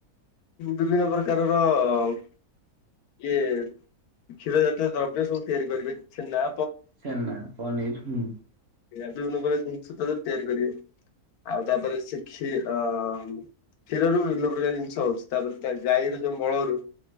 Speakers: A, on the left; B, on the right.
A: ବିଭିନ୍ନ ପ୍ରକାରର ଇଏ କ୍ଷୀର ଜାତୀୟ ଦ୍ରବ୍ୟ ସବୁ ତିଆରି କରିବେ। ଛନା
B: ଛେନ୍ନା ପନିର ହୁଁ।
A: ବିଭିନ୍ନ ଜିନିସ ତିଆରି କରିବେ ଆଉ ତାପରେ ସେ କ୍ଷୀ କ୍ଷୀରରୁ ବିଭିନ୍ନ ପ୍ରକାର ହଉଛି ତାପରେ ଗାଈର ଯୋଉ ମଳରୁ